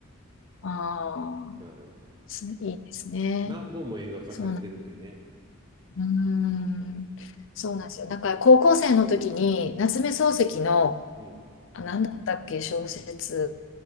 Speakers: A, on the left; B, on the right.
A: ああ、
B: うん。
A: すいいですね。
B: 何本も映画化されてるんでね。
A: そうなん、うーん、
B: うん、
A: そうなんですよ。だから高校生の時に夏目漱石の、
B: うん、うん
A: あ、何だったっけ、小説、